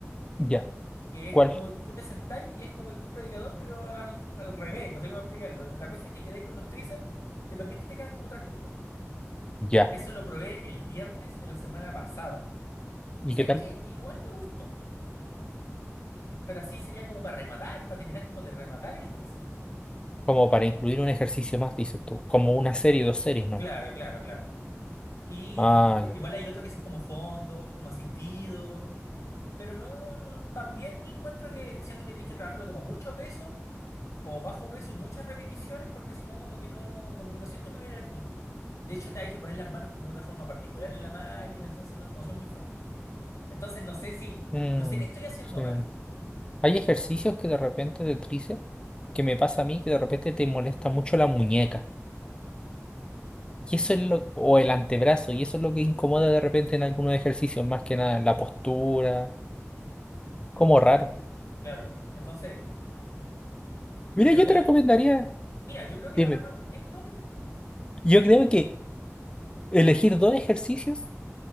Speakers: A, on the left; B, on the left.
A: Ya.
B: Que es
A: ¿Cuál?
B: como tú te sentás y es como el curl predicador, pero al, al revés, no sé cómo explicarlo. La cosa es que quedáis con los tríceps que también que te quedan como tres nubes.
A: Ya.
B: Eso lo probé el viernes de la semana pasada.
A: ¿Y
B: Y sabéis
A: qué tal?
B: que igual me gustó, pero así sería como para rematar, para terminar como de rematar el tríceps.
A: Como para incluir un ejercicio más, dices tú. Como una serie, dos series, ¿no?
B: Claro, claro, claro. Y
A: Ah,
B: p-
A: ya.
B: igual hay otros que son como fondos, como asistidos, pero no, no, también yo encuentro que siento que tenéis que trabajarlo como a mucho peso o bajo peso y muchas repeticiones porque si no como que no, como que no siento muy bien el estímulo. De hecho, te hay que poner las manos como de una forma particular en la máquina, entonces no, no soy muy fan. Entonces no sé si,
A: Mm,
B: no sé qué estoy haciendo
A: sí.
B: mal.
A: Hay ejercicios que de repente de tríceps, que me pasa a mí, que de repente te molesta mucho la muñeca. Y eso es lo, o el antebrazo, y eso es lo que incomoda de repente en algunos ejercicios, más que nada, en la postura. Como raro.
B: Claro. Entonces, yo
A: Mira,
B: creo
A: yo
B: que
A: te
B: la,
A: recomendaría,
B: la- mira, yo creo que
A: dime,
B: la mano, dime, no, dime. no.
A: yo creo que elegir dos ejercicios,